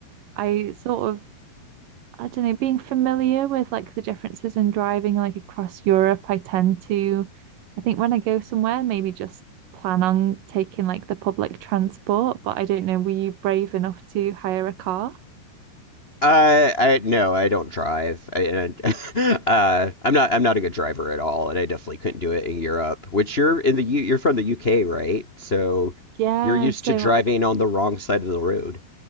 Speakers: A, on the right (about 65°); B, on the left (about 30°).
A: I sort of I don't know, being familiar with like the differences in driving like across Europe, I tend to I think when I go somewhere, maybe just plan on taking like the public transport, but I don't know, were you brave enough to hire a car?
B: I I no, I don't drive. I, and, <laughs> uh, I'm not I'm not a good driver at all, and I definitely couldn't do it in Europe. Which you're in the U, you're from the UK, right? So
A: Yeah,
B: you're used
A: so
B: to driving on the wrong side of the road.